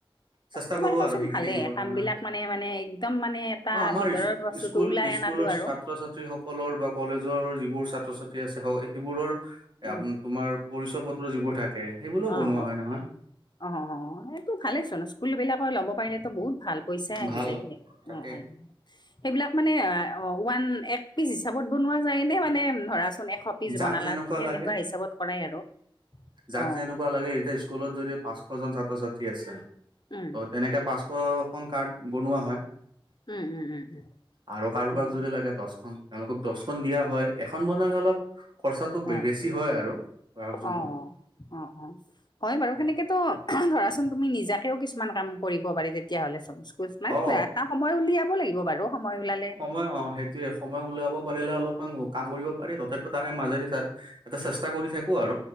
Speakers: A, on the right; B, on the left.
A: চেষ্টা
B: তোমালোকৰ
A: কৰো আৰু
B: চোন
A: সেইখিনি
B: ভালেই
A: দিবৰ
B: কাম
A: কাৰণে
B: বিলাক মানে মানে একদম মানে এটা
A: অ আমাৰ
B: ভিতৰৰ বস্তুটো
A: স্কুল
B: ওলাই
A: স্কুলৰ
B: অনাটো আৰু
A: ছাত্ৰ ছাত্ৰী সকলৰ বা কলেজৰ যিবোৰ ছাত্ৰ ছাত্ৰী আছে ও সেইবোৰৰ
B: উম
A: তোমাৰ পৰিচয় পত্ৰ যিবোৰ থাকে সেইবোৰক
B: অ
A: বনোৱা
B: অ
A: হয় নহয়
B: অ সেইটো ভালে চোন স্কুল বিলাকৰ ল'ব পাৰিলেতো বহুত ভাল পইচা আহি
A: ভাল
B: যায় হে
A: তাকে
B: অঁ অঁ অঁ সেইবিলাক মানে ওৱান এক পিচ হিচাপত বনোৱা যায় নে মানে ধৰাচোন এশ পিচ
A: যাক
B: বনালাত
A: যেনেকুৱা
B: সেনেকুৱা
A: লাগে
B: হিচাপত কৰাই আৰু
A: যাক
B: অঁ
A: যেনেকুৱা লাগে এতিয়া স্কুলত যদি পাঁচশ জন ছাত্ৰ ছাত্ৰী আছে
B: উম
A: ত তেনেকে পাঁচশ খন কাৰ্ড বনোৱা হয়,
B: উম উম উম
A: আৰু কাৰোবাক
B: উম
A: যদি লাগে দচখন। তেওঁলোকক দচখন দিয়া হয়, এখন বনালে অলপ খৰচাটো
B: অ অ
A: বেছি হয় আৰু গ্ৰাহকজনৰ।
B: অ অ অ। হয় বাৰু সেনেকেতো ধৰাচোন তুমি নিজাকেও কিছুমান কাম কৰিব পাৰি তেতিয়া হলেচোন।। কোচ মাছ
A: অ
B: নয় এটা সময় উলিয়াব লাগিব বাৰু সময় ওলালে
A: মই অ সেইটোৱে। সময় উলিয়াব পাৰিলে অলপমান কাম কৰিব পাৰি, তথাপিও তাৰে মাজেদি চা এটা চেষ্টা কৰি থাকোঁ আৰু।